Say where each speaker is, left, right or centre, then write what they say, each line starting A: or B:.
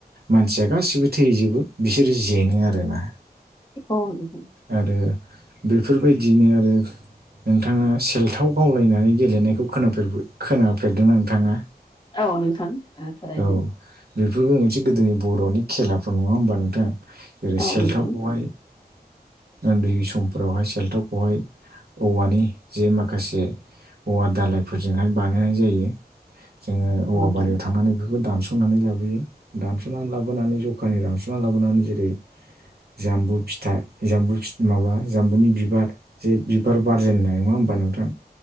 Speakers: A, on the right (about 70°); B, on the left (about 30°).
A: मानसिया गासिबो थैजोबो बिसोरो जेनो आरोना
B: औ
A: आरो बेफोरबायदियैनो आरो नोंथाङा सेलथाव गावलायनानै गेलेनायखौ खोनफेर खोनाफेरदों नोंथाङा
B: औ नोंथां थारैनो
A: औ बेफोरबो मोनसे गोदोनि बर'नि खेलाफोर नङा होमबा नोंथां जेरै
B: औ
A: सेल्थावखौहाय
B: नोंथां
A: उन्दै समफोरावहाय सेल्थावखौहाय औवानि जे माखासे औवा दाालायफोरजोंहाय बानायनाय जायो जोङो औवा
B: औ नोंथां
A: बारियाव थांनानै बेखौ दानस' दानस'नानै लाबोयो दानस'ना लाबोनानै जखानि दानस'ना लाबोनानै जेरै जामबु फिथाइ जामबुथ माबा जामबुनि बिबार जे बिबार बारजेननाय नङा होमबा नोंथां